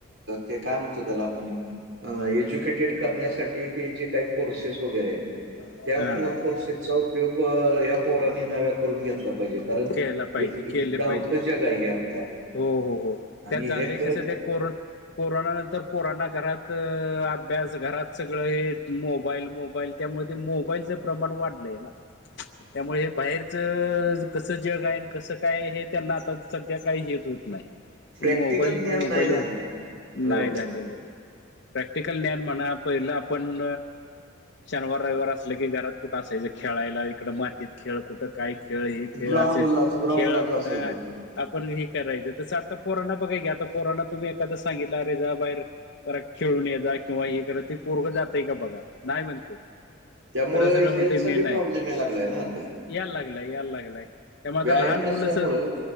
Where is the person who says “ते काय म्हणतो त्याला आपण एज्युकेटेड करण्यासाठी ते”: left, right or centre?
Right